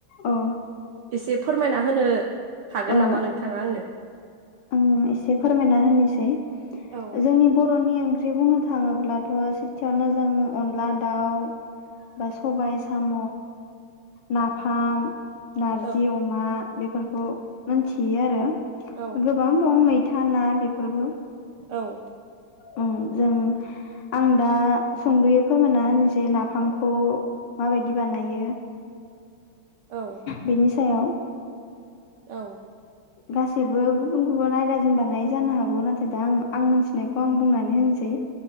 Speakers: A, on the left; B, on the right.
A: औ
B: एसे फोरमायना होनो हागोन
A: औ
B: नामा नोंथाङा आंनो
A: आं एसे फोरमायना होनोसै
B: औ
A: जोंनि बरनि ओंख्रि बुंनो थाङोब्लाथ सेथियावनो जों अनला दाउ बा सबाय साम नाफाम नारजि
B: औ
A: अमा बेफोरखौ मोनथियो आरो‌।
B: औ
A: गोबां। मैं मैथा ना बेफोरबो
B: औ।
A: उम जों आं दा संदफोरमायना होनोसै नाफामखौ माबायदि बानायो-
B: औ।
A: बेनि सायाव
B: औ
A: गासैबो गुबुन गुबुन आयदाजों बानाय जानो हागौ नाथाय दा आं आं मोनथिनायखौ आं बुंनानै होनसै